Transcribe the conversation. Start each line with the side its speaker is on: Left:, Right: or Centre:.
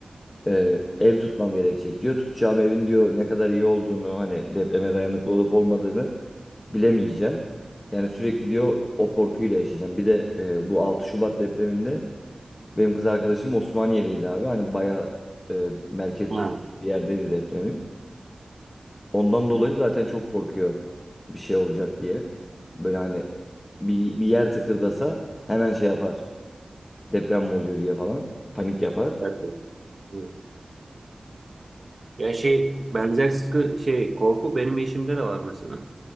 Left: e, ev tutmam gerekecek diyor. Tutacağım evin diyor ne kadar iyi olduğunu hani depreme dayanıklı olup olmadığını bilemeyeceğim. Yani sürekli diyor o korkuyla yaşayacağım. Bir de e, bu 6 Şubat depreminde benim kız arkadaşım Osmaniye'deydi abi. Hani bayağı e, merkez
Right: Ha,
Left: üstü bir yerdeydi depremin. Ondan dolayı zaten çok korkuyor bir şey olacak diye. Böyle hani bir, bir yer tıkırdasa hemen şey yapar. Deprem mi oluyor diye falan panik yapar.
Right: evet. Evet. Evet. Ya şey benzer sıkı şey korku benim eşimde de var mesela.